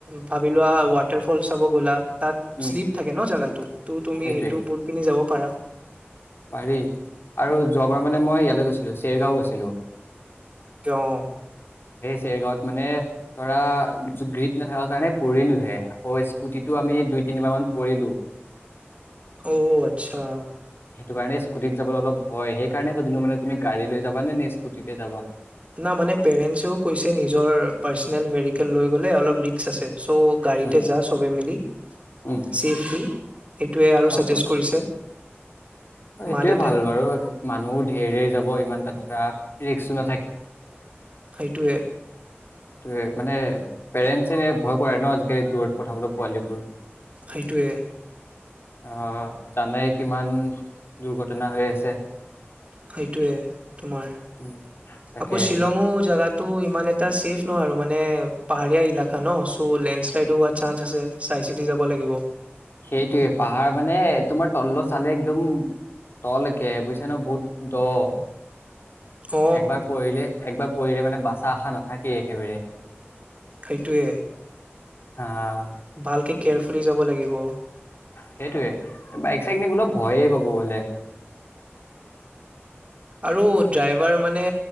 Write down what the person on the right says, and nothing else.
ভাবি লোৱা ৱাটাৰ ফল চব গ'লা তাত
শ্লিপ থাকে ন জেগা। তাটো তুমি
সেইটো বুট পিন্ধি যাব পাৰা।
অ',
অ' আচ্ছা
না মানে পেৰেন্টছেও কৈছে নিজৰ পাৰ্চনেল ভেহিকেল লৈ গ'লে অলপ ৰিকচ আছে। ত' গাড়ীতে
যা, চবে মিলি
চছেলি সেইটোৱে আৰু
ছাজেষ্ট
কৰিছে।
মা দেউতাই
সেইটোৱে।
সেইটোৱে।
সেইটোৱে তোমাৰ
আকৌ শ্বিলঙো জেগাতটো ইমান এটা ছেফ ন' আৰু মানে পাহাৰীয়া এলেকা ন চ' লেণ্ড শ্লাইডো হোৱাৰ চান্স আছে, চাই চিতি যাব লাগিব।
অ
সেইটোৱে
ভালকে কেয়াৰফুলি যাব লাগিব
আৰু ড্ৰাইভাৰ মানে